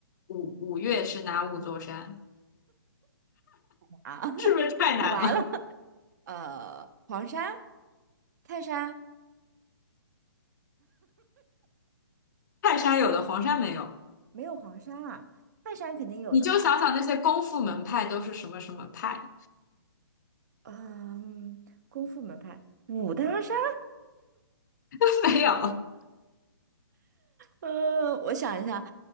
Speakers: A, on the left; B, on the right.
A: 五五岳是哪五座山？
B: 啊，
A: <laughs>
B: <laughs>
A: 是不是太难了？
B: 完了，呃，黄山、泰山。
A: <laughs> 泰山有的，黄山没有。
B: 没有黄山啊，泰山肯定有的吧？
A: 你就想想那些功夫门派都是什么什么派，
B: 嗯，功夫门派，武当山，
A: <laughs> 没有，
B: 呃，我想一下，